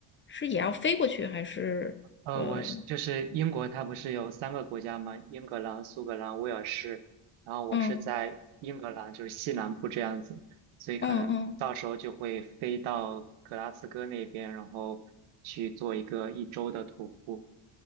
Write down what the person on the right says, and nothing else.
呃，
我是就是英国，它不是有三个国家吗？英格兰、苏格兰、威尔士。然后我是在英格兰，
就是西南部这样子，所以可能到时候就会飞到格拉斯哥那边，
然后去做一个一周的徒步。